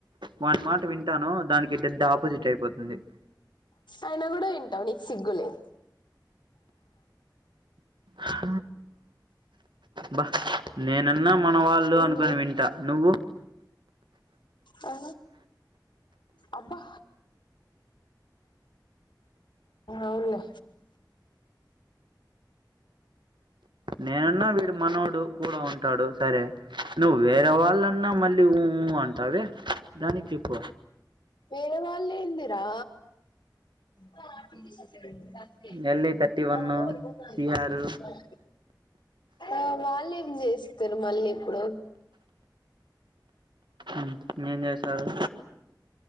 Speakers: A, on the right (about 85°); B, on the left (about 85°).
A: వాని మాట వింటానో దానికి డెడ్డపోజిట్ అయిపోతుంది
B: అయినా కూడా వింటావు నీకు సిగ్గులేదు
A: హా బా నేనన్నా మన వాళ్ళు
B: ఏంది
A: అనుకుని వింటా నువ్వు
B: ఆ అబ్బా అవులే
A: నేనన్నా వీడు మనోడు కూడా ఉంటాడు సరే నువ్వు వేరే వాళ్ళన్నా మళ్ళీఊ ఊ అంటావె దానికి చెప్పు
B: వేరే వాళ్లు ఎందీరా <unintelligible>
A: ఎల్ఐ థర్టీ వన్ సిఆర్
B: ఆ వాళ్ళు ఏం చేస్తారు మళ్ళీ ఇప్పుడు
A: ఉం ఏం చేసారు